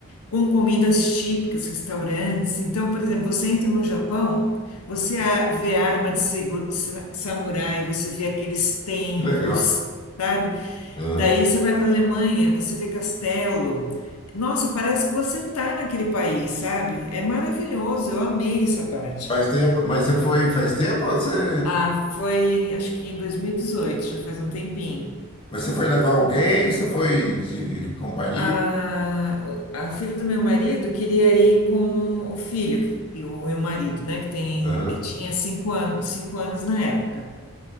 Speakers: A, on the left (about 80°); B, on the left (about 25°).
A: com comidas típicas, restaurantes. Então, por exemplo, você entra no Japão, você a- vê arma de segu- sa- samurai, você vê aqueles templos,
B: Que legal.
A: sabe?
B: Aham.
A: Daí você vai para a Alemanha, você vê castelo. Nossa, parece que você tá naquele país, sabe? É maravilhoso, eu amei essa parte.
B: Faz tempo, mas você foi faz tempo ou você,
A: Ah, foi, acho que em dois mil e dezoito já faz um tempinho.
B: mas você foi levar alguém? Você foi de companhia?
A: A, a filha do meu marido queria ir com o filho e o, e o marido, né? Que tem,
B: Aham.
A: tinha cinco anos, cinco anos na época.